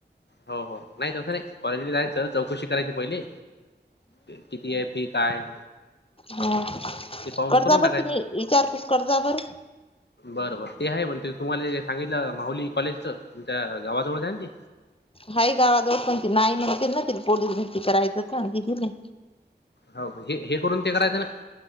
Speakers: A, on the left; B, on the left.
A: हो हो नाही. तसं नाही कॉलेज ब जायच तर चौकशी करायची पहिले. किती आहे? फी काय?
B: ह
A: ते पाहून
B: कर्जा
A: करून
B: बर तुम्ही विचार कस कर्जा बर.
A: बरोबर ते आहे पण ते तुम्हाला सांगितलं. माहुली कॉलेजच तमच्या गावाजवळच आहे. ते
B: हा गावाजवळ पण ती नाही म्हणते. ना त पोलीस भरती करायचंच. का दिदी नाही.
A: हो हे हे करून ते करायचं ना.